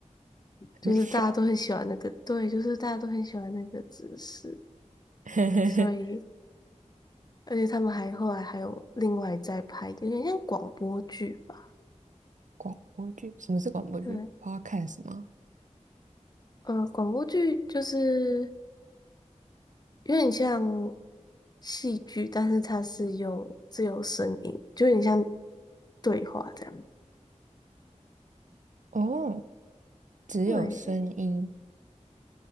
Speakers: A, on the left; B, on the right.
A: 就是大家都很喜欢那个，
B: 很帅。
A: 对，就是大家都很喜欢那个紫色，
B: <laughs>
A: 所以而且他们还后来还有另外再拍，有点像广播剧吧，
B: 广播剧，什么是广播剧？Podcast
A: 对。
B: 吗？
A: 嗯，呃广播剧就是有点像戏剧，但是它是用自由声音，就有点像对话这样。
B: 哦，只有声音，
A: 对，